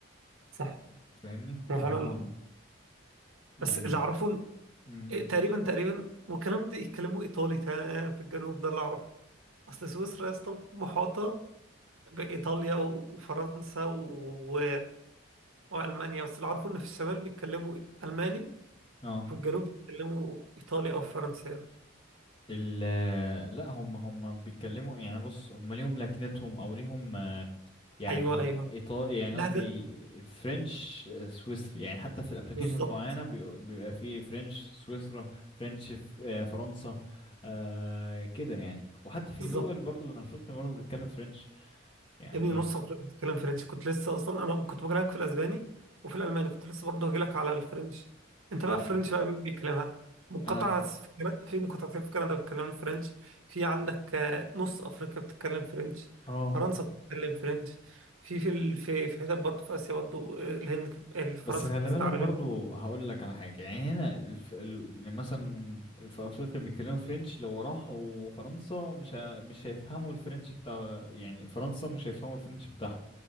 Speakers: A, on the right; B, on the left.
A: صح
B: أنت فاهمني
A: هو
B: فهم
A: فعلا
B: يعني
A: بس اللي اعرفه
B: امم
A: إيه، تقريبا تقريبا والكلام ده يتكلموا ايطالي تا- في الجنوب ده اللي اعرفه اصل سويسرا يا اسطى محاطه بايطاليا و- وفرنسا و... والمانيا بس اللي اعرفه ان في الشمال بيتكلموا الماني
B: اه
A: وفي الجنوب بيتكلموا ايطالي او فرنساوي
B: ال لا هم هم بيتكلموا يعني بص هم ليهم لكنتهم او ليهم يعني
A: ايوه ايوه
B: ايطالي يعني
A: لهجه
B: قصدي فرنش سويسري يعني حتى في الابلكيشنز
A: بالظبط
B: معينه بيقول- بيبقى فيه فرنش سويسرا فرنش ف- آه، فرنسا آه كده يعني وحتى في
A: بالظبط
B: دول برضو من افريقيا برضو بتتكلم فرنش يعني
A: يا ابني نص عمرك كنت بتتكلم فرنش كنت لسه اصلا انا كنت بكلمك في الاسباني وفي الالماني كنت لسه برضه هجيلك على الفرنش انت بقى
B: اه
A: فرنش بقى مين بيتكلمها مقاطعة
B: انا
A: في كنا- في مقاطعتين في كندا بيتكلموا فرنش في عندك آه، نص افريقيا بتتكلم فرنش
B: اه
A: فرنسا بتتكلم فرنش في في ال- في في حتت برضه في اسيا برضه آه، الهند كانت- آه، فرنسا
B: بس خلي
A: كانت بتستعملها
B: بالك برضو هقول لك على حاجه يعني هنا الف... ال... يعني مثلا في افريقيا بيتكلموا فرنش لو راحوا فرنسا مش ه... مش هيفهموا الفرنش بتاع يعني فرنسا مش هيفهموا الفرنش بتاعهم